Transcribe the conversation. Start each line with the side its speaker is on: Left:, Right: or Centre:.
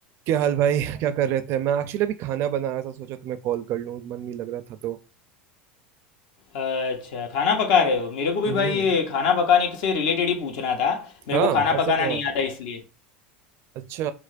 Right: क्या हाल भाई क्या कर रहे थे मैं एक्चुअली अभी खाना बना रहा था सोचा तुम्हें कॉल कर लूं मन नहीं लग रहा था तो
Left: अच्छा खाना पका रहे हो मेरे को भी
Right: हम्म
Left: भाई ये खाना पकाने से रिलेटेड ही पूछना था मेरे
Right: हाँ
Left: को खाना
Right: ऐसा
Left: पकाना
Right: क्या
Left: नहीं आता इसलिए
Right: अच्छा